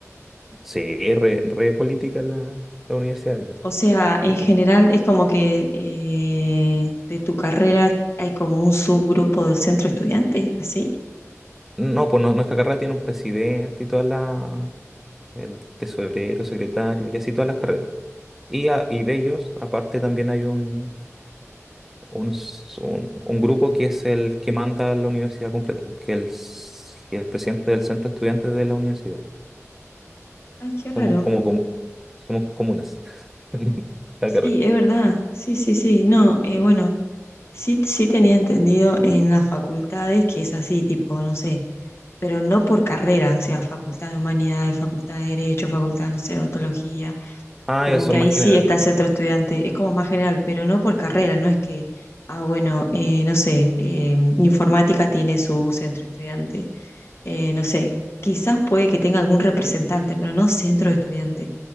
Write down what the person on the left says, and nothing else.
O sea, en
general es como que eh, de tu carrera hay como un subgrupo del centro estudiante, ¿así?
Ay, qué raro.
Sí,
es verdad. Sí, sí, sí. No, eh, bueno, sí, sí tenía entendido en las facultades que es así, tipo, no sé, pero no por carrera, o sea, facultad de humanidades, facultad de derecho, facultad, no sé, de ontología
Como
que ahí
sí
está ese otro estudiante, es como más general, pero no por carrera, no es que, ah, bueno, eh, no sé, eh, informática tiene su centro estudiante, eh, no sé, quizás puede que tenga algún representante, pero no centro de estudiante.